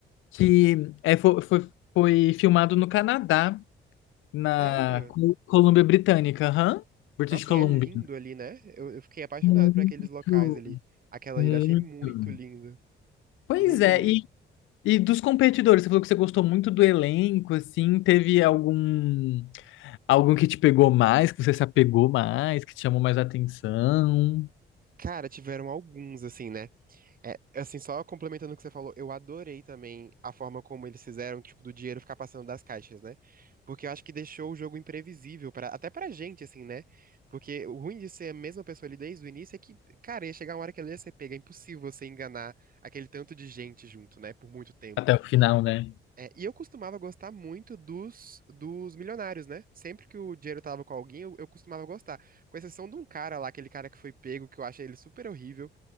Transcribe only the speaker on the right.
Sério?
Nossa,
e é lindo ali, né? Eu, eu fiquei apaixonado
por aqueles locais ali. Aquela
ilha, achei muito lindo.
Muito
lindo.
Cara, tiveram alguns, assim, né? É, assim, só complementando o que você falou, eu adorei também a forma como eles fizeram, tipo, do dinheiro ficar passando das caixas, né? Porque eu acho que deixou o jogo imprevisível, pra, até pra gente, assim, né? Porque o ruim de ser a mesma pessoa ali desde o início é que, cara, ia chegar uma hora que ela ia ser pega, é impossível você enganar aquele tanto de gente junto, né? Por muito tempo.
É, e eu costumava gostar muito dos, dos milionários, né? Sempre que o dinheiro tava com alguém, eu, eu costumava gostar. Com exceção de um cara lá, aquele cara que foi pego, que eu achei ele super horrível.